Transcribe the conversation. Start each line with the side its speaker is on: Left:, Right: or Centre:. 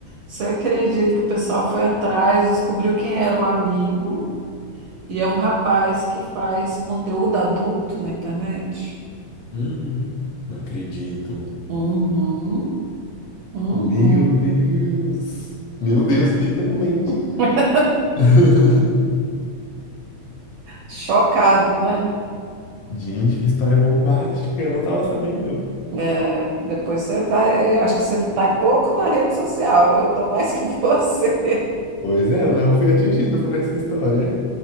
Right: Você acredita que o pessoal foi atrás, descobriu quem era o amigo, e é um rapaz que faz conteúdo adulto na internet?
Left: Hum, não acredito.
Right: Uhum, uhum,
Left: Meu Deus. Meu Deus,
Right: uhum.
Left: literalmente.
Right: <laughs>
Left: <laughs>
Right: Chocado, né?
Left: Gente, que história bombástica, eu não tava sabendo.
Right: É, depois você vai, eu acho que você está pouco na rede social, eu tô mais que <laughs> você.
Left: Pois é, eu não fui atingido por essa história.